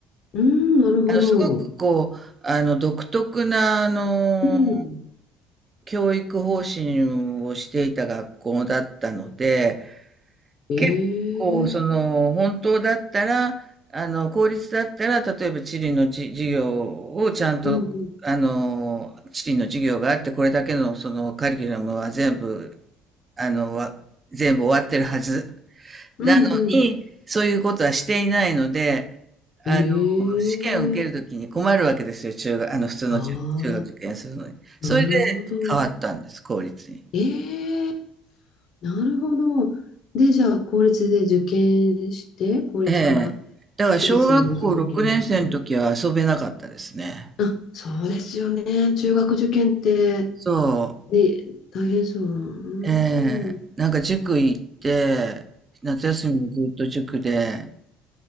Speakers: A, on the left (about 55°); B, on the right (about 30°).
A: うん、なるほど。
B: あの、すごくこう、あの、独特な、あの、
A: うん。
B: 教育方針をしていた学校だったので、
A: ええ
B: 結構、その、本当だったら、あの、公立だったら、例えば地理のじ授業をちゃんと、
A: うんうん。
B: あの、地理の授業があって、これだけの、その、カリキュラムは全部、あの、わ全部終わってるはず
A: うんうん。
B: なのに、そういうことはしていないので、あ
A: ええ
B: の、試験を受けるときに困るわけですよ、中学、あの、普通の中、
A: ああ、
B: 中学受験するのに。
A: なるほど。
B: それで変わったんです、公立に。
A: ええなるほど。で、じゃあ、公立で受験して、公立から
B: ええ。だから小学校6年生の時は遊べなかったですね。
A: 私立にまた受験して。あ、そうですよね。中学受験って、
B: そ
A: ね、大変そう。うん。
B: う。ええ。なんか塾行って、夏休みもずっと塾で、